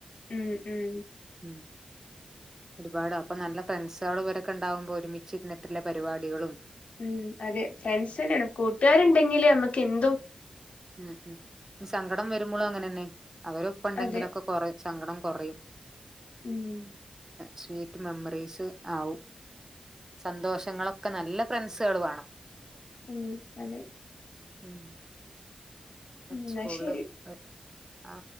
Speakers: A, on the left; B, on the right.
A: ഉം ഉം
B: ഉം ഒരുപാട് അപ്പൊ നല്ല ഫ്രണ്ട്സാളും ഇവരൊക്കെ ഉണ്ടാവുമ്പോൾ ഒരുമിച്ച് ഇരു ന്നിട്ടുള്ള പരിപാടികളും
A: ഉം അതെ ഫ്രണ്ട്സ് തന്നെയാണ് കൂട്ടുകാരുണ്ടെങ്കില് നമ്മക്ക് എന്തും
B: ഉം ഉം സങ്കടം വരുമ്പോളും അങ്ങനെ തന്നെ അവര് ഒപ്പം ഉണ്ടെങ്കിലൊക്കെ
A: അതെ
B: കോറിം സങ്കടം കൊറിം
A: ഉം
B: സ്വീറ്റ് മെമ്മറീസ് ആവും സന്തോഷങ്ങളൊക്കെ നല്ല ഫൻസുകള് വേണം
A: ഉം അതെ
B: ഉം
A: ഉം എന്നാ
B: സ്കൂള്
A: ശരി
B: ഹ് ആ